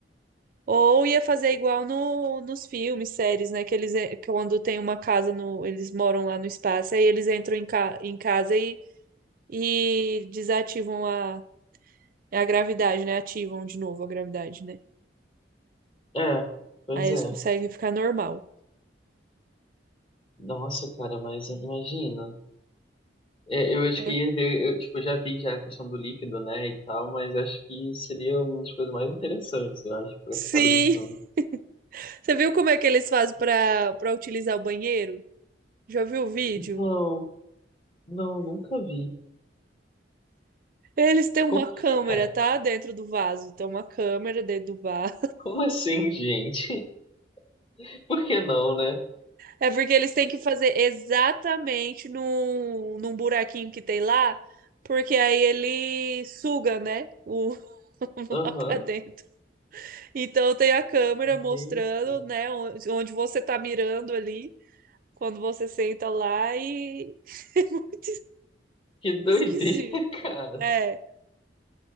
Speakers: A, on the right; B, on the left.
A: Ou ia fazer igual no, nos filmes, séries, né? Que eles, en- quando tem uma casa no, eles moram lá no espaço, aí eles entram em, ca, em casa e, e desativam a, a gravidade, né? Ativam de novo a gravidade, né?
B: É, pois
A: Aí eles
B: é.
A: conseguem ficar normal.
B: Nossa, cara, mas imagina. É, eu acho
A: Hum.
B: que ia ver, eu, tipo, já vi já a questão do líquido, né, e tal, mas acho que seria uma das coisas mais interessantes, eu acho, pra
A: Sim!
B: ficar brincando.
A: <laughs> Você viu como é que eles fazem para para utilizar o banheiro? Já viu o vídeo?
B: Não, não, nunca vi.
A: Eles têm uma
B: Como que
A: câmera,
B: é?
A: tá? Dentro do vaso. Tem uma câmera dentro do vaso.
B: Como assim, gente? <laughs> Por que não, né?
A: É porque eles têm que fazer exatamente num, num buraquinho que tem lá, porque aí ele suga, né? O, <laughs>
B: Aham.
A: lá pra dentro. Então tem a câmera
B: Gente,
A: mostrando, né, onde onde você tá mirando ali, quando você senta lá, e <laughs> é muito
B: que doideira,
A: esquisito.
B: <laughs> cara.
A: É,